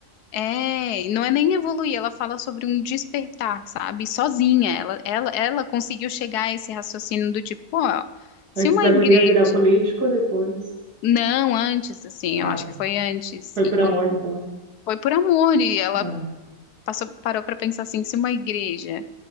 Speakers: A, on the left; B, on the right.
A: é, e não é nem evoluir, ela fala sobre um despertar, sabe? Sozinha, ela, ela, ela conseguiu chegar a esse raciocínio do tipo, pô, se
B: Antes
A: uma
B: da
A: igreja.
B: guria virar político ou depois?
A: Não, antes, assim,
B: Ah,
A: eu acho
B: tá.
A: que foi antes,
B: Foi
A: e
B: por amor, então.
A: foi por amor, e ela
B: Ah.
A: passou, parou para pensar assim, se uma igreja.